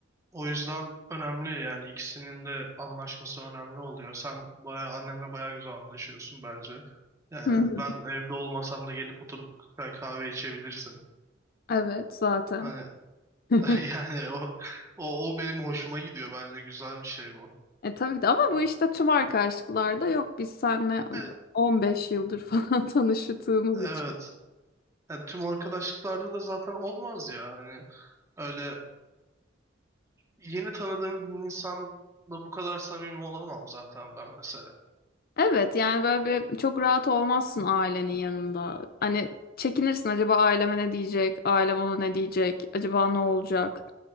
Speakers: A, on the right; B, on the left.
A: O yüzden önemli yani ikisinin de anlaşması önemli oluyor. Sen bayağı annemle bayağı güzel anlaşıyorsun bence. Yani
B: Hı hı.
A: ben evde olmasam da gelip oturup güzel kahve içebilirsin.
B: Evet zaten.
A: Hani
B: <laughs>
A: <laughs> yani o o, o benim hoşuma gidiyor bence güzel bir şey bu.
B: E tabii ki de ama bu işte tüm arkadaşlıklarda yok. Biz seninle
A: E,
B: 15 yıldır falan <laughs> tanıştığımız
A: evet.
B: için.
A: Yani tüm arkadaşlıklarda da zaten olmaz ya. Hani öyle Yeni tanıdığım bir insanla bu kadar samimi olamam zaten ben mesela.
B: Evet yani böyle bir çok rahat olmazsın ailenin yanında. Hani çekinirsin acaba aileme ne diyecek? Ailem ona ne diyecek? Acaba ne olacak?